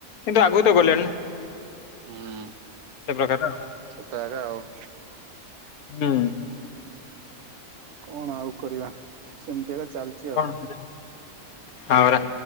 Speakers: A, on the left; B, on the right.
A: କିନ୍ତୁ ଆଗକୁ
B: ହୁଁ
A: ତ ଗଲେଣି ନା।
B: ହୁଁ
A: ସେ ପ୍ରକାର ଆଉ
B: ସେଟା ଆକା ଆଉ
A: ହୁଁ।
B: କଣ ଆଉ କରିବା ସେମିତି ଆକା ଚାଲ୍
A: କଣ ହଁ ପରା।